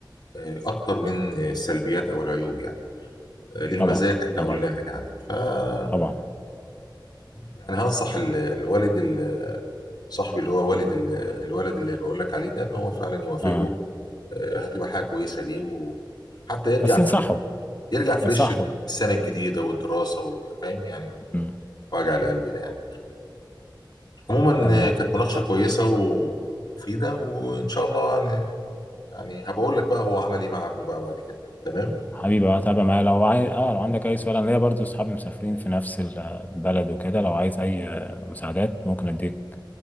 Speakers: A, on the left; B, on the left.
A: آه، أكتر من آه، السلبيات أو العيوب يعني آه، للمزايا
B: طبعا
A: اللي إحنا
B: طبعا
A: قلناها يعني فأنا
B: طبعا
A: يعني هنصح ال- الوالد ال- صاحبي اللي هو والد ال- الولد اللي بقول لك عليه ده إن هو فعلا يوافق
B: آه
A: له آه، هتبقى حاجة كويسة ليه وحتى يرجع
B: بس ينصحوا
A: ف- يرجع فريش
B: ينصحوا
A: السنة الجديدة والدراسة وال- فاهم يعني
B: مم.
A: وجع القلب ده يعني عموما
B: تمام
A: آه، كانت مناقشة كويسة ومفيدة وإن شاء الله يعني هبقول لك بقى هو عمل ايه مع ابنه بقى بعد كده تمام
B: حبيبي اه تابع معايا لو عايز اه لو عندك اي سؤال انا ليا برضو اصحابي مسافرين في نفس ال- البلد وكده لو عايز اي آه، مساعدات ممكن اديك